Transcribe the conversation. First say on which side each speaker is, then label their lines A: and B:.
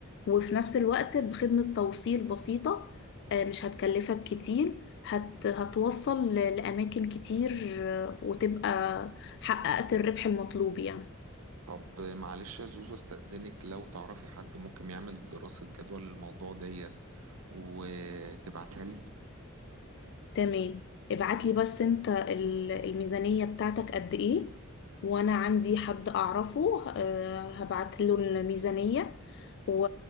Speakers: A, on the left; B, on the right.
A: وفي نفس الوقت بخدمة توصيل بسيطة آه، مش هتكلفك كتير هت هتوصل ل- لأماكن كتير آه، وتبقى حققت الربح المطلوب يعني
B: طب معلش يا زوزو استأذنك لو تعرفي حد ممكن يعمل دراسة جدوى للموضوع ديت وتبعتها لي
A: تمام ابعتلي بس انت ال- الميزانية بتاعتك قد ايه وانا عندي حد اعرفه آه، هبعت له الميزانية و...